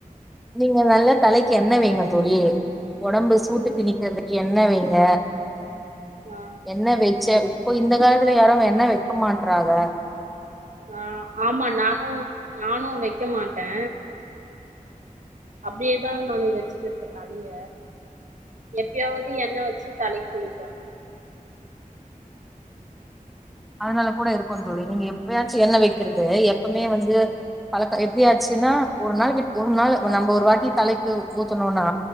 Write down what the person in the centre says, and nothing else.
நீங்க நல்லா தலைக்கு எண்ணெ வைங்க தோழி ஒடம்பு சூட்ட
தினிக்கிறதுக்கு எண்ணெ வைங்க
எண்ணெ வெச்ச இப்போ இந்த காலத்துல யாரு எண்ணெ வெக்க மாட்றாக
அதனால கூட இருக்கு தோழி நீங்க எப்பயாச்சு எண்ணெ வெக்கிறது எப்பமே வந்து பழக்க எப்படியாச்சுனா ஒரு நாள் விட் ஒரு நாள் நம்ப ஒரு வாட்டி தலைக்கு ஊத்துனோனா